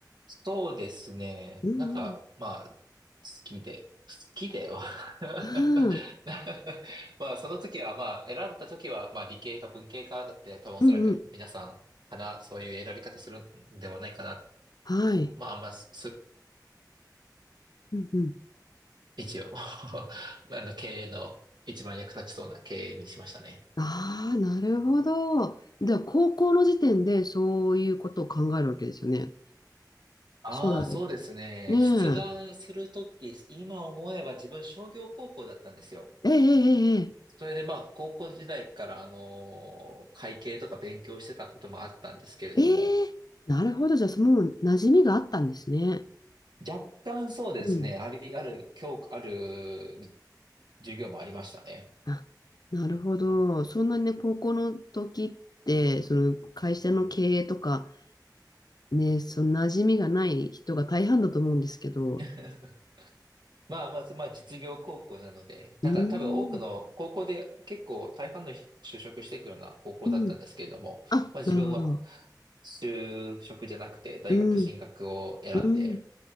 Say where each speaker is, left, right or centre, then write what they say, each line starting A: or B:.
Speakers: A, on the right; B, on the left.
A: そうですね。
B: うん
A: なんか、まあ、好きで。好きでは
B: うん。
A: <laughs>
B: うん、
A: まあ、その時は、まあ、選んだ時は、まあ、理系か文系かで、多分おそらく皆さんかな、
B: うんうん。
A: そういう選び方するんではないかな。
B: はい。
A: まあ、あんま、す
B: うんうん。
A: 一応 <laughs> あの、経営の一番役立ちそうな経営にしましたね。
B: ああ、なるほど。じゃあ、高校の時点でそういうことを考えるわけですよね。
A: ああ、
B: 将来。
A: そうですね。
B: ねえ。
A: 出願するとき、今思えば自分商業高校だったんですよ。
B: えええええ
A: それでまあ、高校時代から、あの会計とか勉強してたこともあったんですけれども、
B: ええなるほど。じゃあ、もう馴染みがあったんですね。
A: 若干そうですね、
B: うん。
A: あり、ある、教科、ある授業もありましたね。
B: あ、なるほど。そんなにね、高校の時って、その会社の経営とか、ね、その馴染みがない人が大半だと思うんですけど。
A: <laughs> まあ、まず、まあ、実業高校なので、
B: うーん。
A: なんか多分多くの高校で結構大半の人就職していくような高校だったんですけれども、
B: うん。あ、
A: まあ自分は
B: なるほど。
A: 就職じゃなくて大学進学を選んで、
B: うん。うん。